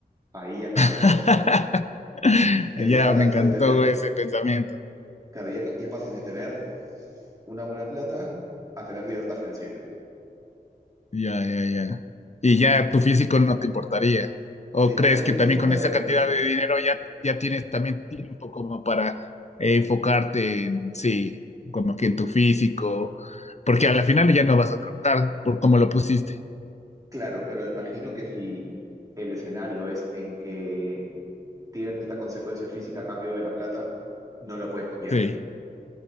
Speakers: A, on the right; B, on the left.
A: ahí ya cambia
B: <laughs>
A: la cosa. Ya estás
B: Ya,
A: hablando
B: me encantó
A: de tener
B: ese pensamiento.
A: Claro, ya, ya pasas de tener una buena plata a tener libertad financiera.
B: Ya, ya, ya. Y ya tu físico no te importaría. ¿O
A: ¿Te importaría,
B: crees que también
A: te importaría
B: con esa
A: menos?
B: cantidad de dinero ya, ya tienes también tiempo como para eh, enfocarte en, sí, como que en tu físico? Porque a la final ya no vas a trabajar por cómo lo pusiste.
A: Claro, pero imagino que si el escenario es en que tienes esta consecuencia física a cambio de la plata, no lo puedes cambiar.
B: Sí.